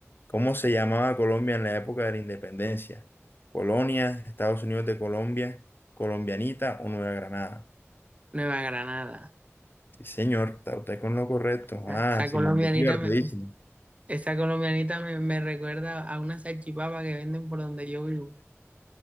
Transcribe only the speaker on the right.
Nueva Granada.
O
Esa
colombianita
me,
esa colombianita me, me recuerda a una salchipapa que venden por donde yo vivo.